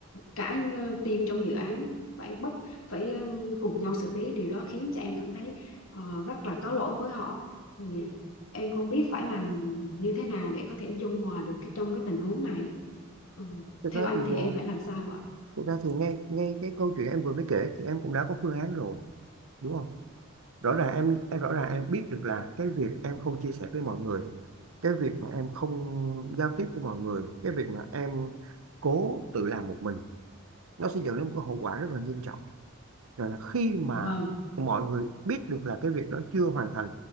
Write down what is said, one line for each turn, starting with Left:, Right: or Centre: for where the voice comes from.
Left: cả ờ, team trong dự án phải bất phải ờ, cùng nhau xử lý điều đó khiến cho em cảm thấy ờ, rất là có lỗi với họ Ừ, em không biết phải làm như thế nào để có thể dung hòa được cái, trong cái tình huống này Ừ,
Right: thực
Left: theo
Right: ra
Left: anh
Right: thì
Left: thì
Right: ờ,
Left: em phải làm sao ạ
Right: thực ra thì ngay ngay cái câu chuyện em vừa mới kể thì em cũng đã có phương án rồi đúng không rõ ràng em em rõ ràng em biết được là cái việc em không chia sẻ với mọi người cái việc mà em không giao tiếp với mọi người cái việc mà em cố tự làm một mình nó sẽ dẫn đến một cái hậu quả rất là nghiêm trọng rồi là khi mà
Left: vâng
Right: mọi người biết được là cái việc đó chưa hoàn thành